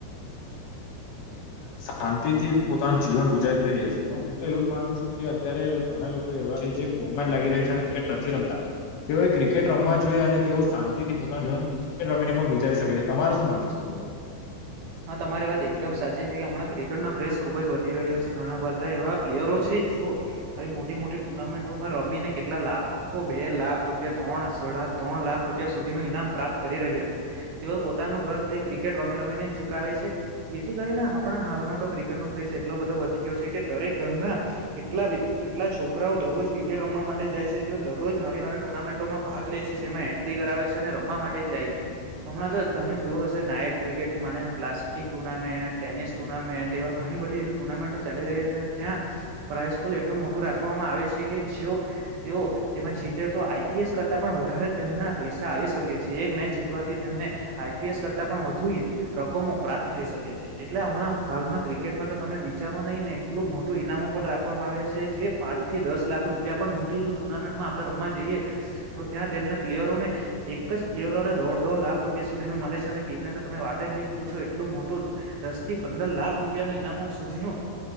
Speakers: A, on the left; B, on the right.
A: શાંતિથી પોતાના જીવન ગુજારી રહ્યા છે તો હું તો એવું જ માનું છું કે અત્યારે ઘણા લોકો એવા છે જે ફોનમાં જ લાગી રહ્યા છે અને નથી રમતા તેઓએ ક્રિકેટ રમવા જોઈએ અને તેઓ શાંતિથી પોતાનું જીવન ક્રિકેટ રમીને પણ ગુજારી શકે છે. તમારું શું માનવ છે બઉ?
B: હા તમારી વાત એકદમ સાચી છે કે હમણાં ક્રિકેટનો ક્રેઝ ખુબ જ વધી રહ્યો છે ઘણા બધા એવા પ્લેયરો છે આવી મોટી મોટી ટુર્નામેન્ટોમાં રમીને કેટલા લાખો બે લાખ રૂપિયા ત્રણ સડા ત્રણ લાખ રૂપિયા સુધીનું ઈનામ પ્રાપ્ત કરી રહ્યા. તેઓ પોતાનું ઘર તે ક્રિકેટ રમી રમીને ચુકાવે છે જેથી કરીને આપણા હાલમાં તો ક્રિકેટનો ક્રેઝ એટલો બધો વધી ગયો છે કે દરેક ઘરના કેટલા કેટલા છોકરાઓ દરરોજ ક્રિકેટ રમવા માટે જાય છે જે દરરોજ નવી નવી ટુર્નામેન્ટોમાં ભાગ તેમાં એન્ટ્રી કરાવે છે અને રમવા માટે જાય છે હમણાં તો તમે જોયું હશે નાયટ ક્રિકેટ થી મને પ્લાસ્ટિક ટુર્નામેન્ટ ટેનિસ ટુર્નામેન્ટ એવા ઘણી બધી એવી ટુર્નામેન્ટો ચાલી રહી છે જ્યાં પ્રાઈઝ પણ એટલું મોટું રાખવામાં આવે છે કે જેઓ તેઓ તેમાં જીતે તો આઈપીએસ કર પણ વધારે તેમના પૈસા આવી શકે છે એક મેચ જીતવાથી તેમને આઈપીએસ કરતા પણ વધુ રકમો પ્રાપ્ત થઈ શકે છે એટલે હમણાં હાલમાં ક્રિકેટમાં તો તમે વિચારો નહીને એટલું મોટું ઇનામો પણ રાખવામાં આવે છે જે પાંચ થી દસ લાખ રૂપિયા પણ મોટી જો ટુર્નામેન્ટમાં આપડે રમવા જઈએ તો ત્યાં તેમને પ્લેયરોને એક જ પ્લેયરોને દોઢ દોઢ લાખ રૂપિયા સુધીનું મલે છે અને ટીમને તો તમે વાત જ નહી પછો એટલું મોટું દસ થી પંદર લાખ રૂપિયા નું ઈનામો સુધી નું